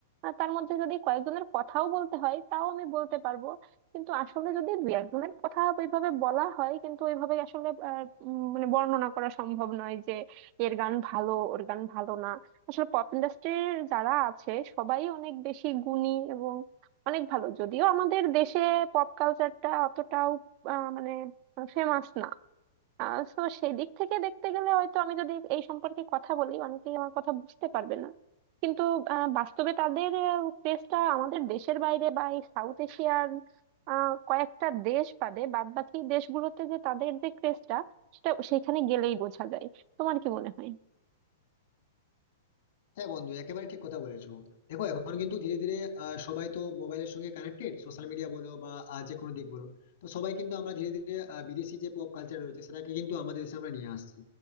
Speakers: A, on the right; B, on the left.
A: আর তার মধ্যে যদি কয়েকজনের কথাও বলতে হয় তাও আমি বলতে পারবো কিন্তু আসলে যদি দুই একজনের কথা ওইভাবে বলা হয় কিন্তু ওইভাবে আসলে আহ, উম, মানে বর্ণনা করা সম্ভব নয় যে এর গান ভালো ওর গান ভালো না আসলে পপ ইন্ডাস্ট্রির যারা আছে সবাই অনেক বেশি গুণী এবং অনেক ভালো যদিও আমাদের দেশে পপ কালচারটা অতটাও আহ, মানে ফেমাস না তো সেই দিক থেকে দেখতে গেলে হয়তো আমি যদি এই সম্পর্কে কথা বলি অনেকেই আমার কথা বুঝতে পারবে না কিন্তু আহ, বাস্তবে তাদের ক্রেজটা আমাদের দেশের বাইরে বা এই সাউথ এশিয়ার আহ, কয়েকটা দেশ বাদে বাদ বাকি দেশগুলোতে যে তাদের যে ক্রেজটা সেটা সেখানে গেলেই বোঝা যায় তোমার কি মনে হয়
B: হ্যাঁ বন্ধু একেবারে ঠিক কথা বলেছো দেখো এখন কিন্তু ধীরে ধীরে আহ, সবাই তো মোবাইলের সঙ্গে কানেক্টেড সোশ্যাল মিডিয়া বলো বা আহ, যে কোনো দিক বলো তো সবাই কিন্তু আমরা ধীরে ধীরে আহ, বিদেশি যে পপ কালচার রয়েছে সেটাকে কিন্তু আমাদের দেশে আমরা নিয়ে আসছি